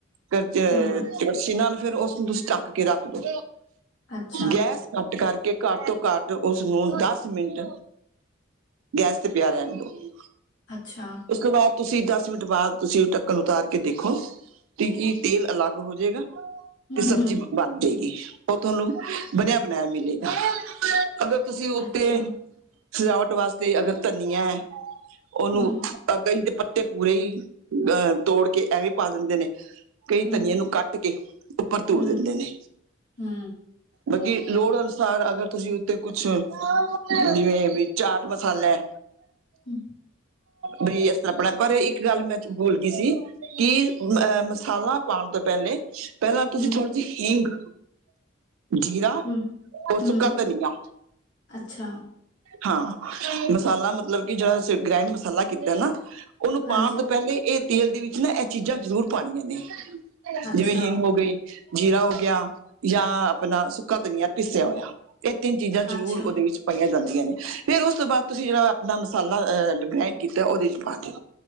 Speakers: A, on the right (about 80°); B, on the left (about 60°).
A: ਕੜ
B: ਹੂੰ,
A: ਕੜਛੀ ਨਾਲ ਫੇਰ ਉਸਨੂੰ ਤੁਸੀਂ ਢਕ ਕੇ ਰੱਖ ਦੋ
B: ਅੱਛਾ,
A: ਗੈਸ ਘੱਟ ਕਰਕੇ ਘੱਟ ਤੋਂ ਘੱਟ ਉਸਨੂੰ ਦਸ ਮਿੰਟ ਗੈਸ ਤੇ ਪਿਆ ਰਹਨ ਦੋ ਤੇ
B: ਅੱਛਾ।
A: ਉਸ ਤੋਂ ਬਾਅਦ ਤੁਸੀਂ ਦਸ ਮਿੰਟ ਬਾਅਦ ੳਸ ਤੁਸੀਂ ਉਹ ਢੱਕਣ ਉਤਾਰ ਕੇ ਦੇਖੋ ਤੇ ਕੀ ਤੇਲ ਅਲੱਗ ਹੋ ਜੇਏਗਾ
B: ਹੂੰ,
A: ਤੇ ਸਬਜ਼ੀ
B: ਹੂੰ,
A: ਬਨ ਜਾਏਗੀ ਉਹ ਤੁਹਾਨੂੰ ਬਨਿਆ ਬਨਾਇਆ ਮਿਲੇਗਾ। ਅਗਰ ਤੁਸੀਂ ਉੱਤੇ
B: ਅੱਛਾ,
A: ਸਜਾਵਟ ਵਾਸਤੇ ਅਗਰ ਧਨੀਆ ਏ ਉਹਨੂੰ
B: ਹੂੰ,
A: ਅ ਗਈ ਦੇ ਪੱਤੇ ਪੂਰੇ ਹੀ ਅਹ ਤੋੜ ਕੇ ਐਵੇਂ ਪਾ ਦਿੰਦੇ ਨੇ ਕਈ
B: ਹੂੰ,
A: ਧਨੀਏ ਨੂੰ ਕੱਟ ਕੇ ਉੱਪਰ ਥੁੜ
B: ਹੂੰ,
A: ਦਿੰਦੇ ਨੇ।
B: ਹੂੰ
A: ਬਾਕੀ ਲੋੜ ਅਨੁਸਾਰ ਅਗਰ ਤੁਸੀਂ ਉੱਤੇ ਕੁਛ, ਜੀਵੇਂ ਵੀ ਚਾਟ ਮਸਾਲੈ
B: ਹੂੰ,
A: ਬੀ ਅਸ ਅਪਣਾ ਪਰ ਈਕ ਗੱਲ ਮੈਂ ਬੁਲ ਗਈ ਸੀ ਕੀ ਅ ਮਸਾਲਾ ਪਾਣ ਤੋਂ ਪੈਲੇ ਪੈਲਾਂ ਤੁਸੀਂ
B: ਹੂੰ,
A: ਥੋੜੀ ਜੀ ਹੀਗ ਜੀਰਾ,
B: ਹੂੰ,
A: ਔਰ
B: ਹੂੰ,
A: ਸੁੱਕਾ ਧਨੀਆ
B: ਅੱਛਾ,
A: ਹਾਂ, ਮਸਾਲਾ ਮਤਲਬ ਕੀ ਜੇੜਾ ਅਸੀਂ ਗ੍ਰੈਂਡ ਮਸਾਲਾ ਕੀਤਾ ਨਾ ਓਨੂੰ
B: ਹਾਂਜੀ,
A: ਪਾਣ ਤੋਂ ਪੈਲੇ ਏ ਤੇਲ ਦੇ ਵਿੱਚ ਨਾ ਐ ਚੀਜ਼ਾਂ ਜ਼ਰੂਰ ਪਾਣੀਆਂ ਨੇ,
B: ਅੱਛਾ,
A: ਜਿਵੇਂ ਹਿੰਗ ਹੋ ਗਈ ਜੀਰਾ ਹੋ ਗੇਆ ਜਾਂ ਆਪਣਾ ਸੁੱਕਾ ਧਨੀਆ ਪੀਸੇਆ ਹੋਏਆ ਏ ਤੇਨ ਚੀਜ਼ਾਂ ਜ਼ਰੂਰ
B: ਅੱਛਾ,
A: ਓਦੇ ਵੀਚ ਪਾਈਆਂ ਜਾਂਦੀਆਂ ਨੇ ਫੇਰ ਓਸ ਤੋਂ ਬਾਦ ਤੁਸੀਂ ਜੇੜਾ ਆਪਣਾ ਮਸਾਲਾ ਅਐ ਗ੍ਰਾਇਡ ਕੀਤਾ ਓਦੇ ਚ ਪਾ ਦਿਓ